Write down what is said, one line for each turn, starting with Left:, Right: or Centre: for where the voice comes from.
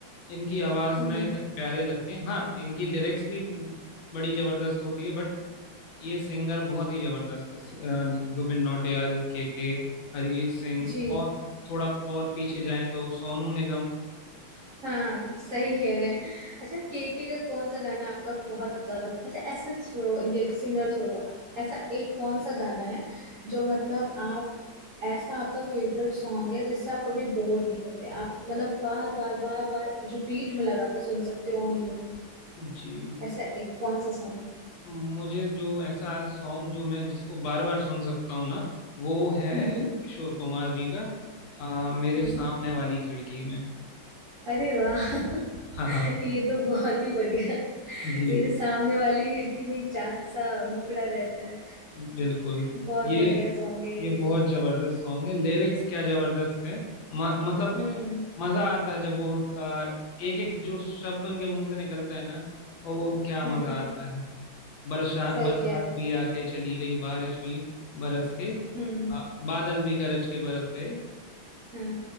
Left: इनकी आवाज
Right: हम्म,
Left: में
Right: हम्म।
Left: इतने प्यारे लगते हैं हाँ इनकी लिरिक्स भी बड़ी जबरदस्त होती है बट ये सिंगर बहुत ही जबरदस्त है अ, जुबिन नौटियाल के के अरिजीत सिंह
Right: जी
Left: और थोड़ा और पीछे जाएं तो सोनू निगम
Right: हाँ सही कह रहे हैं अच्छा केके का कौन सा गाना आपका बहुत ज्यादा अच्छा ऐसा छोड़ो ये सिंगर छोड़ो ऐसा एक कौन सा गाना है जो मतलब आप ऐसा आपका फेवरेट सॉन्ग है जिससे आप कभी बोर नहीं होते आप मतलब बार बार बार बार रिपीट में लगा के सुन सकते हो ऑन लूप
Left: जी
Right: ऐसा एक कौन सा सॉन्ग है
Left: मुझे जो ऐसा सॉन्ग जो मैं जिसको बार बार सुन सकता हूँ ना वो है
Right: हम्म
Left: किशोर कुमार जी का आ, मेरे
Right: हम्म
Left: सामने
Right: हम्म।
Left: वाली खिड़की में
Right: अरे वाह <laughs>
Left: हाँ हाँ
Right: ये तो बहुत ही बढ़िया है।
Left: जी
Right: मेरे सामने वाली खिड़की में एक चांद सा मुखड़ा रहता है
Left: बिल्कुल
Right: बहुत
Left: ये
Right: बढ़िया सॉन्ग है ये।
Left: ये बहुत जबरदस्त सॉन्ग है लिरिक्स क्या जबरदस्त है म, मतलब
Right: हम्म
Left: मजा आता है जब वो एक एक जो शब्द उनके मुंह से निकलता है ना और वो क्या मजा
Right: हम्म
Left: आता है बरसा
Right: सही
Left: बरसात
Right: कह रहे हो।
Left: भी आके चली गई बारिश भी बरस के
Right: हम्म
Left: आ, बादल भी गरज के बरस गए
Right: हाँ